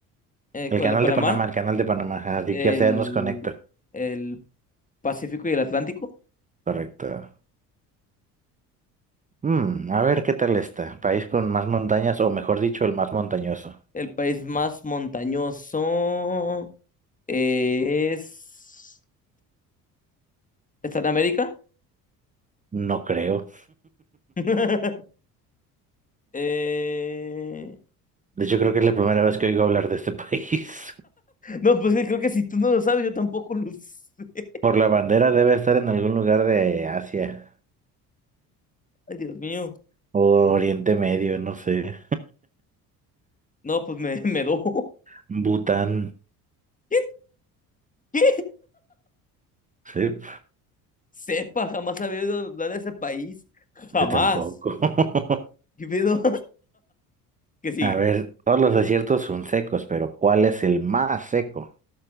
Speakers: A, on the left; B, on the right.
A: Eh,
B: El
A: ¿cuál
B: canal
A: es Panamá?
B: de Panamá, el canal de Panamá. ajá, Así
A: El,
B: que o sea, nos conecta.
A: el Pacífico y el Atlántico.
B: Correcto. Mm, a ver qué tal está. País con más montañas, o mejor dicho, el más montañoso.
A: El país más montañoso es... ¿Está en América?
B: No creo.
A: <laughs> Eh,
B: De hecho, creo que es la primera vez que oigo hablar de este <laughs> país.
A: No, pues creo que si tú no lo sabes, yo tampoco lo <laughs> sé.
B: Por la bandera debe estar en algún lugar de Asia
A: Ay, Dios mío.
B: o Oriente Medio, no sé.
A: No, pues me, me do.
B: Bután.
A: <laughs> ¿Qué? ¿Qué?
B: Sí,
A: Sepa, jamás había oído hablar de ese país. Jamás.
B: yo tampoco. <laughs>
A: ¿Qué pedo? <laughs> ¿Qué sigue?
B: A ver, todos los desiertos son secos, pero ¿cuál es el más seco?